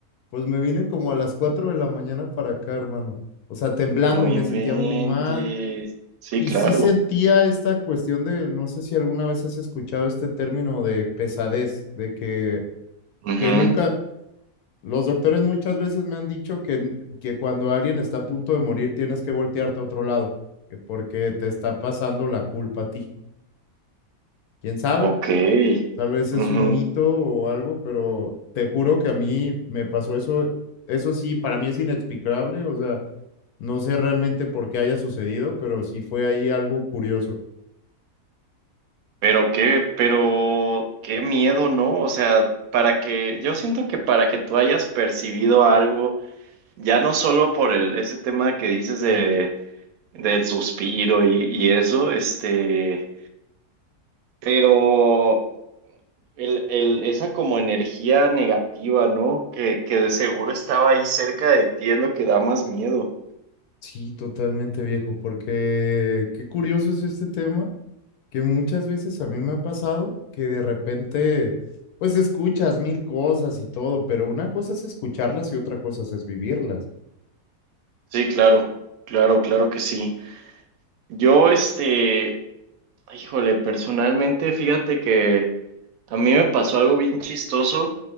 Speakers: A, on the left (about 75°); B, on the right (about 70°).
A: Pues me vine como a las 4 de la mañana para acá, hermano. O sea, temblando,
B: No inventes.
A: me sentía muy mal.
B: Sí,
A: Y
B: claro.
A: sí sentía esta cuestión de, no sé si alguna vez has escuchado este término de pesadez, de que,
B: Ujú.
A: que nunca, los doctores muchas veces me han dicho que, n- que cuando alguien está a punto de morir tienes que voltearte a otro lado, que porque te está pasando la culpa a ti. ¿Quién sabe?
B: Ok.
A: Tal vez es
B: Ujú.
A: un mito o algo, pero te juro que a mí me pasó eso. Eso sí, para mí es inexplicable, o sea, no sé realmente por qué haya sucedido, pero sí fue ahí algo curioso.
B: Pero qué, pero qué miedo, ¿no? O sea, para que, yo siento que para que tú hayas percibido algo. Ya no solo por el, ese tema que dices de, del suspiro y, y eso, este, pero el, el, esa como energía negativa, ¿no? Que, que de seguro estaba ahí cerca de ti es lo que da más miedo.
A: Sí, totalmente viejo, porque qué curioso es este tema, que muchas veces a mí me ha pasado que de repente, pues escuchas mil cosas y todo, pero una cosa es escucharlas y otra cosa es vivirlas.
B: Sí, claro, claro, claro que sí. Yo, este, híjole, personalmente, fíjate que a mí me pasó algo bien chistoso